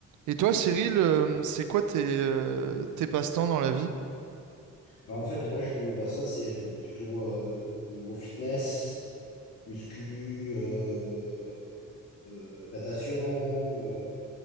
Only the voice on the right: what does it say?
Et toi, Cyril, euh, c'est quoi tes, euh, tes passe-temps dans la vie?